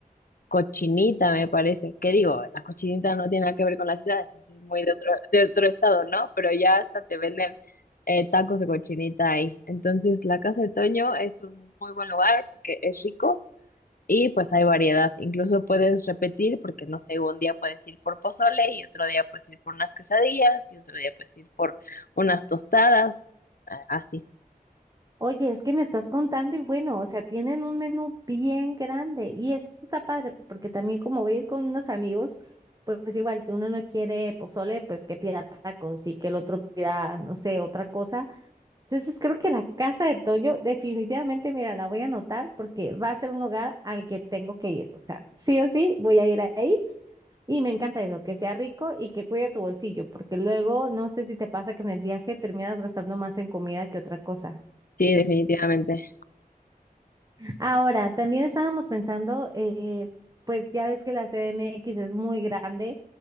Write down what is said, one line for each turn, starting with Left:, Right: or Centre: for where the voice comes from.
Left: Cochinita, me parece. ¿Qué digo? La cochinita no tiene nada que ver con las ciudades, eso es muy de otro, de otro estado, ¿no? Pero ya hasta te venden eh, tacos de cochinita ahí. Entonces, la Casa de Toño es un muy buen lugar porque es rico y pues hay variedad. Incluso puedes repetir porque, no sé, un día puedes ir por pozole y otro día puedes ir por unas quesadillas y otro día puedes ir por unas tostadas. Ah, Así,
Right: Oye, es que me estás contando y bueno, o sea, tienen un menú bien grande y esto está padre porque también como voy a ir con unos amigos, pues, pues igual, si uno no quiere pozole, pues que pida tacos y que el otro pida, no sé, otra cosa. Entonces creo que la casa de Toño definitivamente, mira, la voy a anotar porque va a ser un lugar al que tengo que ir. O sea, sí o sí, voy a ir ahí y me encanta eso, que sea rico y que cuide tu bolsillo, porque luego no sé si te pasa que en el viaje terminas gastando más en comida que otra cosa.
Left: sí, definitivamente.
Right: Ahora, también estábamos pensando, eh, pues ya ves que la CDMX es muy grande,